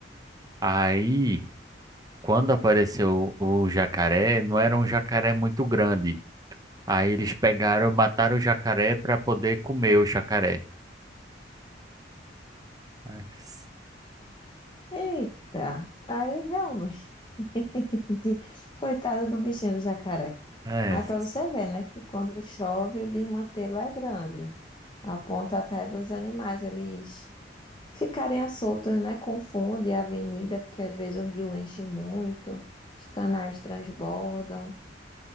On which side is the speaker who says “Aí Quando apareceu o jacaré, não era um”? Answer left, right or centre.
Right